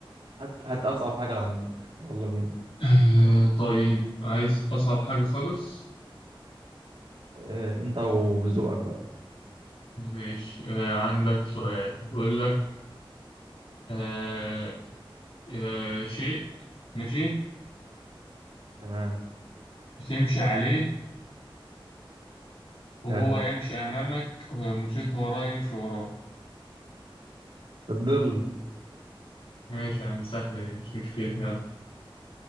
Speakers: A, on the right; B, on the left.
A: هات هات اصعب حاجه عندك يلا بينا
B: آه طيب عايز أصعب حاجة خالص
A: اه... انت وذوقك بقى
B: ماشي آه عندك سؤال بيقول لك آه آه شيء ماشي
A: تمام
B: تمشي عليه وهو
A: حلو
B: يمشي أمامك ولو مشيت وراه يمشي وراه
A: الظل
B: ماشي يا عم سهلة دي مش مشكلة يلا